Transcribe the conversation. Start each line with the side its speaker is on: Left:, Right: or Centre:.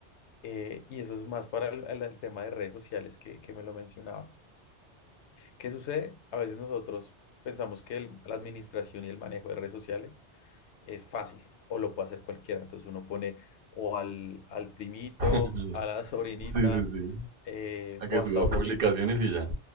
Left: eh, y eso es más para el, el- el tema de redes sociales que, que me lo mencionabas. ¿Qué sucede? A veces nosotros pensamos que el- la administración y el manejo de redes sociales es fácil o lo puede hacer cualquiera. Entonces uno pone o al, al primito,
Right: <laughs>
Left: a la <laughs> sobrinita
Right: Sí, sí, sí.
Left: eh,
Right: A
Left: o
Right: que suba
Left: hasta uno
Right: publicaciones
Left: mismo.
Right: y ya.